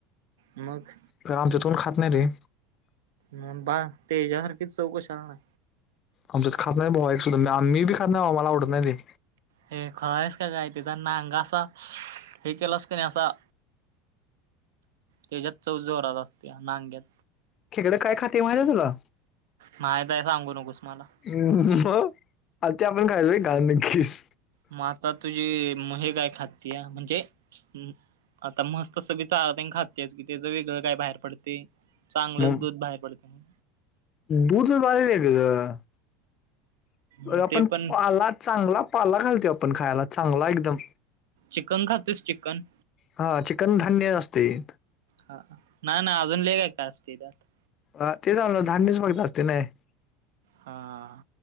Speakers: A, on the right; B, on the left.
A: मग.
B: खर आमच्यात कोण खात नाही रे.
A: मग बाळ तेज्यासारखी चव कशाला नाय.
B: आमच्याच खात नाही भावा एक सुदा मी बी खात नाही भावा मला आवडत नाही ते.
A: हे खुळा आहेस का काय त्याचा नांगा असा हे केलास क नाही असा त्याच्यात चव जोरात अस त्या नांग़्यात
B: खेकडं काय खाते माहिती आहे तुला
A: माहितयं सांगू नकोस मला.
B: हं हं म आण ते आपण खायाच वय घाण ग्गिस.
A: मग आता तुझी महे काय खातीया म्हणजे हम्म आता म्हस तस बी चारातेनं खातियाचं की त्याज वेगळं काय बाहेर पडतयं. चांगलंच
B: मग
A: दूध बाहेर पडतय न
B: दूध बाळ वेगळं.
A: मग
B: अ आपण
A: ते पण
B: पाला चांगला पाला घालतोय आपण खायला चांगला एकदम.
A: चिकन खातोस चिकन.
B: हा चिकन धान्य असतय.
A: हा नाय नाय अजून लय काय काय असतयं त्यात.
B: अ ते जालं धान्यच फक्त असतय नाय.
A: हां.